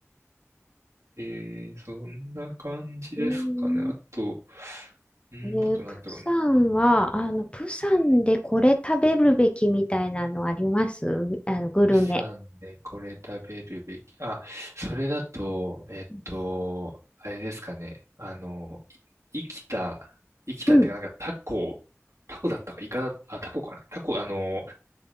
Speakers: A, on the right (about 75°); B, on the left (about 20°).
A: えー、そんな感じですかね。
B: うーん
A: あと、うん、
B: えー、
A: あとなんだろうな。
B: プサンは、あの、プサンでこれ食べるべきみたいなのありますあの、グルメ。
A: 釜山でこれ食べるべき。あ、それだと、えっと、
B: うん。
A: あれですかね。あの、い生きた、生きたっていうか、
B: うん
A: なんかタコ、タコだったか、イカだ、あ、タコかな。タコ、あの、